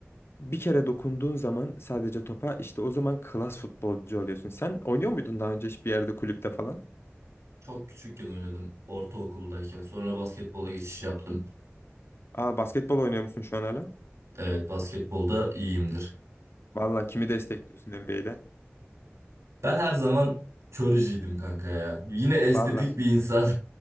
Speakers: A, on the left; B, on the right.
A: bir kere dokunduğun zaman sadece topa işte o zaman klas futbolcu oluyorsun. Sen oynuyor muydun daha önce hiçbir yerde kulüpte falan?
B: Çok küçükken oynadım ortaokuldayken. Sonra basketbola geçiş yaptım.
A: Aa basketbol oynuyor musun şu an hala?
B: Evet basketbolda iyiyimdir.
A: Valla kimi destekliyorsun NBA'de?
B: Ben her zaman Curry'ciydim kanka ya. Yine estetik
A: Valla
B: bir insan.